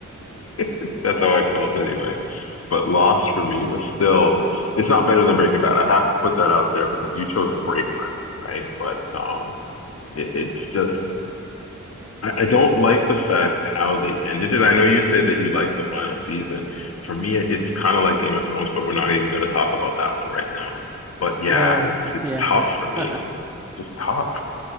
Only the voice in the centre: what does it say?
Oh,
yeah.
<laughs>